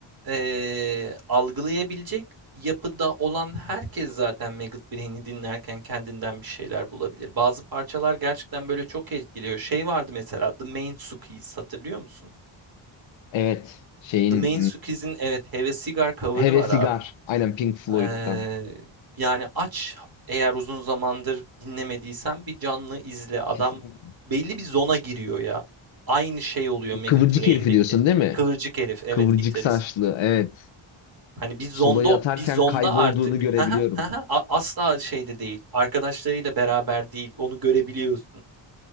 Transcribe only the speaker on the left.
Evet, şeyin
Hevesigar.
Aynen Pink Floyd'dan.
Kesinlikle.
Kıvırcık
herifi diyorsun değil mi?
Kıvırcık
saçlı. Evet.
Solo'yu atarken
kaybolduğunu
görebiliyorum.